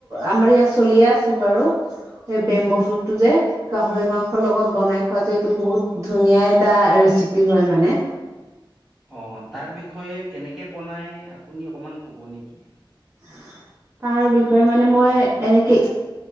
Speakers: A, on the right (about 35°); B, in the centre.
A: আমাৰ ইয়াত চলিয়ে আছে বাৰু এই বেম্ব চুটটো যে গাহৰি মাংসৰ লগত বনাই খোৱাটো এইটো বহুত ধুনীয়া এটা ৰেচিপ- চিপি হয় মানে
B: অ তাৰ বিষয়ে কেনেকে বনাই আপুনি অকমান কব নেকি?
A: হয়। তাৰ বিষয়ে মানে মই এনেকে